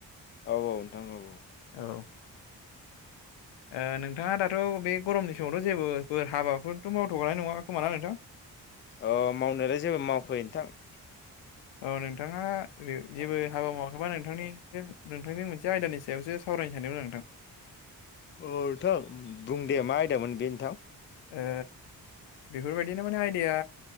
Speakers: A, on the left; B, on the left.
A: औ औ नोंथां औ औ
B: औ ओ नोंथाङा दाथ' बे गरमनि समावथ' जेबोफोर हाबाफोरथ' मावथ'गौानाय नङा खोमा ना नोंथां
A: अ मावनायालाय जेबो मावखै नोंथां
B: औ नोंथाङा जेबो हाबा मावाखैबा नोंथांनि नोंथांजों मोनसे आयदानि सायावसो स सावरायनो सानदोंमोन आं नोंथां
A: अ नोंथां बुंदे मा आयदामोन बे नोंथां
B: ओ बेफोरबायदिनो माने आयदाया